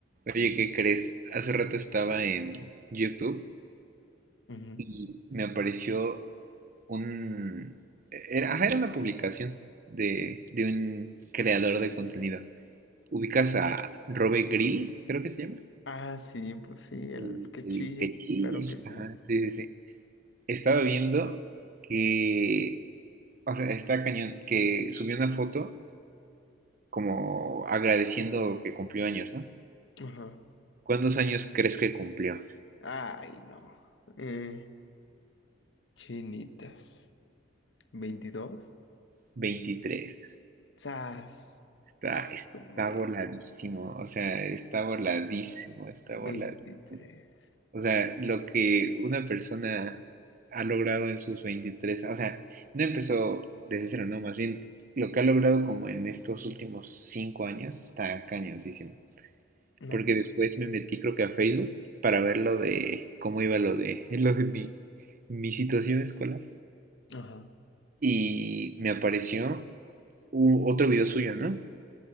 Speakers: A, on the right (about 45°); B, on the left (about 65°).
A: Oye, ¿qué crees? Hace rato estaba en YouTube
B: Ujú.
A: y me apareció un... Era, ajá, era una publicación de, de un creador de contenido. ¿Ubicas
B: Ok.
A: a Robe Grill, creo que se llama?
B: Ah, sí, pues sí, el
A: El,
B: que
A: el
B: chille,
A: que chille.
B: claro que sí.
A: Ajá, sí, sí, sí. Estaba viendo que... O sea, está cañón, que subió una foto como agradeciendo que cumplió años, ¿no?
B: Ajá.
A: ¿Cuántos años crees que cumplió?
B: Ay, no. Eh, chinitas. veintidós
A: 23.
B: ¡Sas!
A: Está,
B: Asume.
A: está voladísimo, o sea, está voladísimo, está voladísimo.
B: veintitrés
A: O sea, lo que una persona ha logrado en sus 23, o sea, no empezó desde cero, no, más bien lo que ha logrado como en estos últimos cinco años está cañoncísimo.
B: No.
A: Porque
B: hombre.
A: después me metí creo que a Facebook para ver lo de cómo iba lo de <laughs> lo de mi, mi situación escolar.
B: Ajá.
A: Y me apareció u- otro video suyo, ¿no?